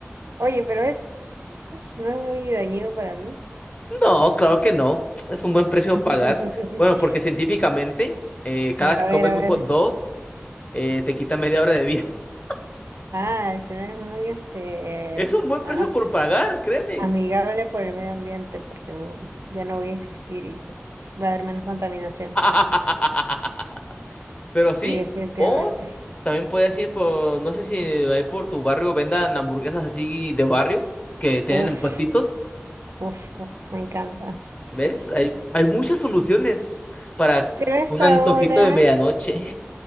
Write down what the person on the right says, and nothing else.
Oye, pero esto no es muy dañino para mí.
<laughs>
A
ver, a
ver.
Ah, excelente, es muy este,
a-
amigable por el medio ambiente porque mm, ya no voy a existir y va a haber menos contaminación.
Sí,
definitivamente.
Uf,
uf, uf, me encanta.
Pero a
esta
hora.